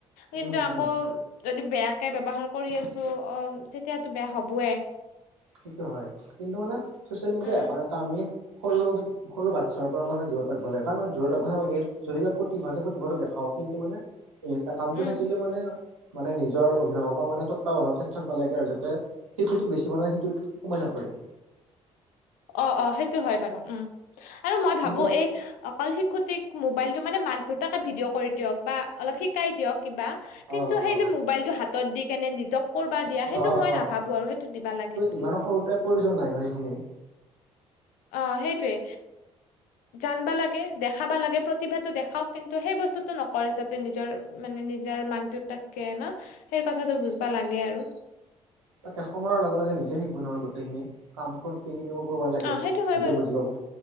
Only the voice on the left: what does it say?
কিন্তু আ
যদি বেয়াকে ব্যাবহাৰ কৰি আছ অ' তেতিয়াতো বেয়া হবয়ে।
উম
উম
অ', অ' সেইটো হয় বাৰু উম। আৰু মই
ভাবো এই অকল শিশুটিক মোবাইলটো মানে মাক দেউতাকে ভিডিঅ' কৰি দিয়ক বা অলপ শিকাই দিয়ক কিবা কিন্তু
সেই
যে মোবাইলটো হাতত দি কেনে নিজক কৰবা দিয়া সেইটো
মই
নাভাবোঁ আৰু সেইটো দিবা লাগে বুলি।
অ' সেইটোৱে। জানবা লাগে, দেখাবা লাগে প্ৰতিভাটো দেখাওক কিন্তু সেই বস্তুটো নকৰে যাতে নিজৰ মানে নিজৰ মাক দেউতাকে না সেই কথাটো বুজবা লাগে আৰু।
অ
সেইটো হয়
বাৰু